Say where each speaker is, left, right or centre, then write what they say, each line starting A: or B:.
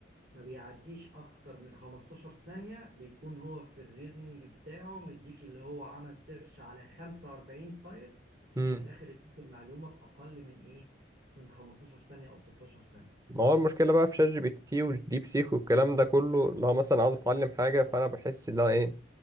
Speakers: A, on the right (about 70°); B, on the right (about 20°).
A: ما بيعديش اكتر من 15 ثانية بيكون هو في الريزنينج بتاعه مديك اللي هو عمل سيرش على 45 سايت
B: امم
A: وفي الاخر اديك المعلومة في اقل من ايه من 15 ثانية او 16 ثانية
B: ما هو المشكلة بقى في شات جي بي تي والديب سيك والكلام ده كله لو مثلا عاوز اتعلم حاجة فانا بحس ان انا ايه